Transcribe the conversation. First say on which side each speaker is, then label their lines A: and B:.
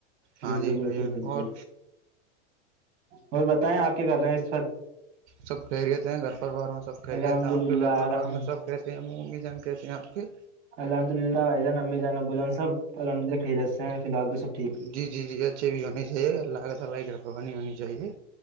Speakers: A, on the right; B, on the right.
A: ہاں
B: بالکل
A: جی
B: بالکل
A: بھائی
B: بالکل
A: اور
B: اور بتائیں آپ کیا کر رہے ہیں اس وقت
A: سب خہریت ہیں گھر پر بار میں سب خہریت
B: الحمد
A: ہیں آپ
B: للہ
A: کے گھر پر
B: الحمد
A: بار میں سب کیسے ہم ممی جان کیسے ہمپ کے
B: الحمد للہ بائی جان امی جان ابو جان سب الحمد للہ خریت سے ہیں فی الال تو سب ٹھیک
A: جی جی اچھے بھی ہونے چاہیے اللہ تعالی کی ہونی چاہیے